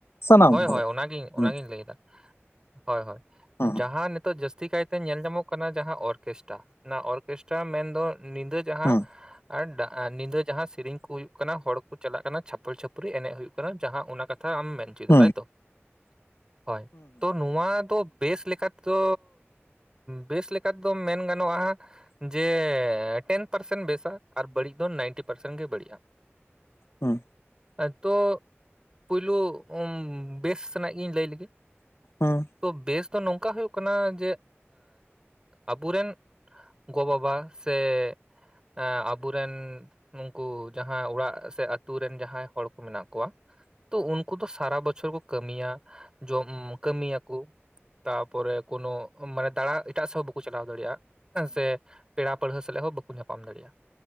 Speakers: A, on the left (about 65°); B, on the right (about 20°).
A: ᱥᱟᱱᱟᱢ
B: ᱦᱳᱭ
A: ᱦᱚᱲ
B: ᱦᱳᱭ ᱚᱱᱟᱜᱤᱧ
A: ᱦᱩᱸ
B: ᱚᱱᱟᱜᱤᱧ ᱞᱮᱭᱫᱟ ᱦᱳᱭ ᱦᱳᱭ,
A: ᱦᱩᱸ
B: ᱡᱟᱦᱟᱸ ᱱᱤᱛᱚᱜ ᱡᱟᱹᱥᱛᱤ ᱠᱟᱭᱛᱮ ᱧᱮᱞ ᱧᱟᱢᱚᱜ ᱠᱟᱱᱟ ᱡᱟᱦᱟᱸ ᱚᱨᱠᱮᱥᱴᱟ ᱚᱱᱟ ᱚᱨᱠᱮᱥᱴᱟ ᱢᱮᱱᱫᱚ ᱱᱤᱫᱟᱹ ᱡᱟᱦᱟᱸ
A: ᱦᱩᱸ
B: ᱟᱨ ᱱᱤᱫᱟᱹ ᱡᱟᱦᱟᱸ ᱥᱤᱨᱤᱧ ᱠᱩ ᱦᱩᱭᱩᱜ ᱠᱟᱱᱟ ᱦᱚᱲ ᱠᱚ ᱪᱟᱞᱟᱜ ᱠᱟᱱᱟ ᱪᱷᱟᱯᱚᱞ ᱪᱷᱟᱹᱯᱨᱤ ᱮᱱᱮᱜ ᱦᱩᱭᱩᱜ ᱠᱟᱱᱟ ᱡᱟᱸᱦᱟ ᱚᱱᱟ ᱠᱟᱛᱷᱟ ᱟᱢ ᱢᱮᱱ ᱪᱚᱭᱮᱫᱟ
A: ᱦᱩᱸ
B: ᱛᱟᱭᱛᱚ ᱾ ᱦᱳᱭ ᱛᱚ ᱱᱚᱣᱟ ᱫᱚ ᱵᱮᱥ ᱞᱮᱠᱟ ᱛᱮᱫᱚ ᱵᱮᱥ ᱞᱮᱠᱟ ᱛᱮᱫᱚ ᱢᱮᱱ ᱜᱟᱱᱚᱜᱼᱟ ᱾ ᱡᱮ ᱴᱮᱱ ᱯᱟᱨᱥᱮᱱ ᱵᱮᱥᱟ ᱟᱨ ᱵᱟᱹᱲᱤᱡ ᱫᱚ ᱱᱟᱭᱤᱱᱴᱤ ᱯᱟᱨᱥᱮᱱ ᱜᱮ ᱵᱟᱹᱲᱤᱡᱼᱟ ᱾
A: ᱦᱩᱸ ᱾
B: ᱟᱫᱚ ᱯᱩᱭᱞᱩ ᱵᱮᱥ ᱥᱮᱱᱟᱜ ᱜᱤᱧ ᱞᱟᱹᱭ ᱞᱤᱜᱤ ᱾
A: ᱦᱩᱸ ᱾
B: ᱛᱚ ᱵᱮᱥ ᱫᱚ ᱱᱚᱝᱠᱟ ᱦᱳᱭᱳᱜ ᱠᱟᱱᱟ ᱡᱮ ᱟᱵᱚᱨᱮᱱ ᱜᱚ ᱵᱟᱵᱟ ᱥᱮ ᱮᱸ ᱟᱵᱚᱨᱮᱱ ᱱᱩᱠᱩ ᱡᱟᱦᱟᱸ ᱚᱲᱟᱜ ᱥᱮ ᱥᱮ ᱟᱛᱩ ᱨᱮᱱ ᱡᱟᱦᱟᱸᱭ ᱦᱚᱲ ᱠᱚ ᱢᱮᱱᱟᱜ ᱠᱚᱭᱟ ᱛᱚ ᱩᱱ ᱠᱩ ᱫᱚ ᱥᱟᱨᱟ ᱵᱚᱪᱷᱚᱨ ᱠᱚ ᱠᱟᱹᱢᱤᱭᱟ ᱡᱚᱢ ᱠᱟᱹᱢᱤᱭᱟᱠᱚ ᱛᱟᱯᱚᱨᱮ ᱠᱚᱱᱚ ᱢᱟᱱᱮ ᱫᱟᱬᱟ ᱮᱴᱟᱜ ᱥᱮᱜ ᱦᱚᱸ ᱵᱟᱠᱚ ᱪᱟᱞᱟᱣ ᱫᱟᱲᱮᱭᱟᱜᱼᱟ ᱦᱮᱸ ᱥᱮ ᱾ ᱯᱮᱲᱟ ᱯᱟᱹᱲᱦᱟᱹ ᱥᱟᱞᱟᱜ ᱦᱚᱸ ᱵᱟᱠᱚ ᱧᱟᱯᱟᱢ ᱫᱟᱲᱮᱭᱟᱜᱼᱟ